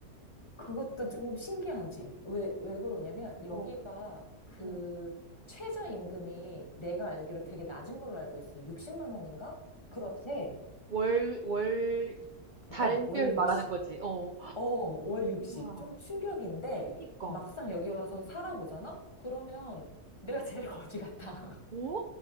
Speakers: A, on the left; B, on the right.
A: 그것도 조금 신기하지. 왜, 왜 그러냐면, 여기가
B: 어,
A: 그
B: 응.
A: 최저임금이 내가 알기로 되게 낮은 걸로 알고 있어. 60만 원인가? 그렇대.
B: 월, 월, 달별
A: 어, 월 60.
B: 말하는 거지. 어.
A: 어, 월 60.
B: 아,
A: 좀 충격인데,
B: 그니까.
A: 막상 여기 와서 살아보잖아? 그러면 내가 제일 거지 같아.
B: 어?
A: <laughs>